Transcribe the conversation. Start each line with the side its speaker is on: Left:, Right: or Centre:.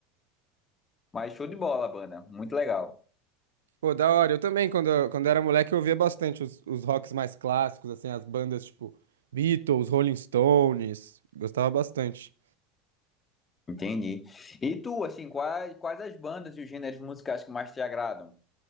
Left: Mas show de bola a banda, muito legal.
Right: Pô, da hora. Eu também, quando, eu- quando era moleque, eu ouvia bastante os, os rocks mais clássicos, assim, as bandas tipo Beatles, Rolling Stones. Gostava bastante.
Left: Entendi. E tu, assim, quais, quais as bandas e os gêneros musicais que mais te agradam?